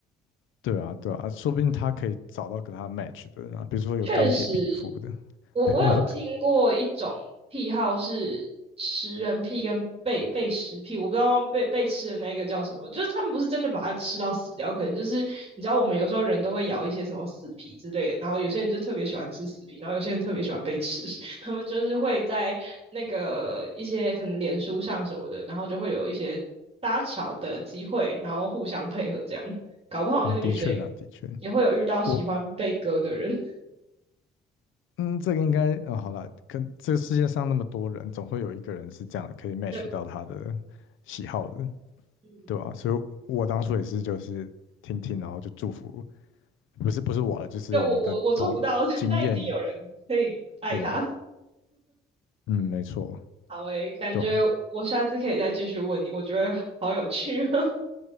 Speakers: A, on the left; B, on the right.
A: <laughs> 对啊，对啊，说不定他可以找到跟他 match 的人啊，比如说有钢铁皮肤的，
B: 确实，我我有听过一种癖好是食人癖跟被被食癖，
A: <laughs>
B: 我不知道忘被被吃的那一个叫什么，就是他们不是真的把它吃到死掉，可能就是你知道我们有时候人都会咬一些什么死皮之类的，然后有些人就特别喜欢吃死皮，然后有些人特别喜欢被吃，<laughs> 他们就是会在那个一些可能脸书上什么的，然后就会有一些搭桥的机会，然后互相配合这样，搞不好那个女生也
A: 哦，的确啊，的确，
B: 也会有遇到喜欢被割的人。
A: 我嗯，这个应该啊、好了，跟这个世界上那么多人，总会有一个人是这样的可以 match
B: <laughs>
A: 到他的喜好的，
B: 嗯，
A: 对吧？所以我当初也是就是听听，然后就祝福，不是不是我了，就是我们的同经验。
B: 就我我我做不到，<laughs> 但一定有人可以爱他。
A: 对，嗯，没错，
B: 好诶，感觉我下次可以再继续问你，
A: 对啊，
B: 我觉得好有趣哦